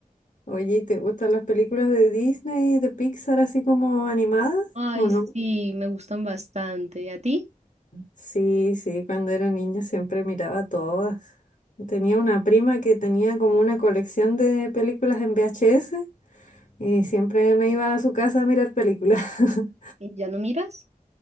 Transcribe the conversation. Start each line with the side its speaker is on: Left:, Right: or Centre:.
Left: Oye, ¿y te gustan las películas de Disney, de Pixar, así como animadas?
Right: Ay,
Left: ¿O no?
Right: sí, me gustan bastante. ¿Y a ti?
Left: Sí, sí, cuando era niña siempre miraba todas. Tenía una prima que tenía como una colección de películas en VHS y siempre me iba a su casa a mirar películas. <laughs>
Right: ¿Y ¿Ya no miras?